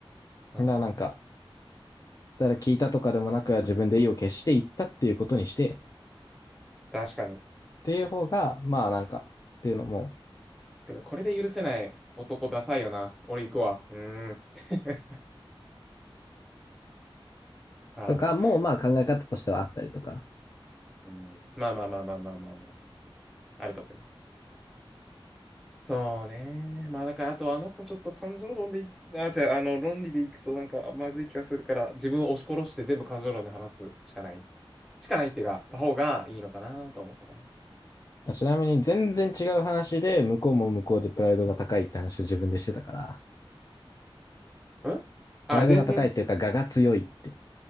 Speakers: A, in the centre; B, on the left.
A: そうね。
B: だからなんか、誰聞いたとかでもなく、自分で意を決して言ったっていうことにして、っ
A: 確かに。
B: ていう方が、まあなんか、っていうのも、
A: てか、これで許せない男ダサいよな。俺行くわ。うーん。<laughs> ああ、
B: とかもまあ考え方としてはあったりとか。
A: だる。うん。まあまあまあまあまあまあまあ。あると思います。そうね。まあだから、あとあの子ちょっと感情論でい、あ、じゃあ、あの、論理でいくとなんかまずい気がするから、自分を押し殺して全部感情論で話すしかない。しかないっていうか、た方がいいのかなと思ったかな。
B: ちなみに全然違う話で、向こうも向こうでプライドが高いって話を自分でしてたから、
A: んあ、
B: プライドが高いっていうか、
A: 全然、
B: 我が強いって